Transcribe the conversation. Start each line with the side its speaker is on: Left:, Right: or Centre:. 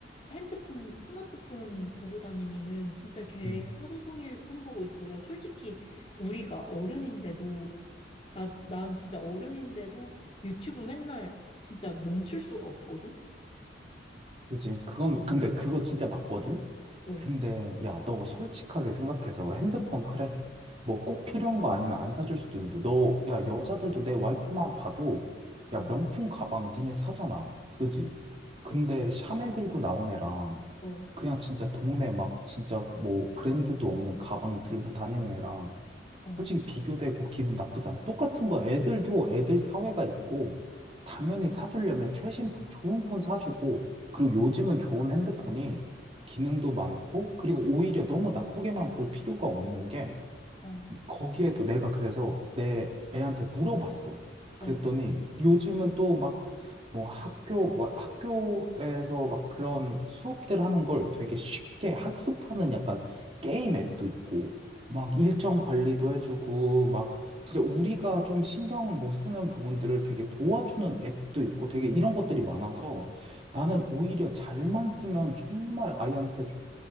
Left: 핸드폰, 스마트폰 보고 다니면은 진짜 걔
Right: 음,
Left: 하루 종일 폰 보고 있어. 야, 솔직히 우리가 어른인데도, 나, 난 진짜 어른인데도 유튜브 맨날 진짜 멈출 수가 없거든?
Right: 그치. 그건, 근데 그거 진짜 맞거든?
Left: 어,
Right: 근데, 야, 너 솔직하게 생각해서 핸드폰, 그래. 뭐 꼭 필요한 거 아니면 안 사줄 수도 있는데, 너, 야, 여자들도 내 와이프만 봐도, 야,
Left: 어,
Right: 명품 가방 니네 사잖아. 그지? 근데
Left: 그
Right: 샤넬 들고 나온 애랑,
Left: 어,
Right: 그냥 진짜 동네 막, 진짜 뭐 브랜드도 없는 가방 들고 다니는 애랑,
Left: 어,
Right: 솔직히 비교되고 기분 나쁘잖아. 똑같은 거야. 애들도 애들 사회가 있고, 당연히 사주려면 최신 폰, 좋은 폰 사주고, 그리고 요즘은 좋은 핸드폰이 기능도 많고, 그리고 오히려 너무 나쁘게만 볼 필요가 없는 게,
Left: 어,
Right: 이- 거기에도 내가 그래서 내 애한테 물어봤어. 그랬더니
Left: 어.
Right: 요즘은 또 막 뭐 학교 뭐 학교에서 막 그런 수업들 하는 걸 되게 쉽게 학습하는 약간 게임 앱도 있고 막 일정 관리도 해주고 막 진짜 우리가 좀 신경 못 쓰는 부분들을 되게 도와주는 앱도 있고 되게 이런 것들이 많아서 나는 오히려 잘만 쓰면 정말 아이한테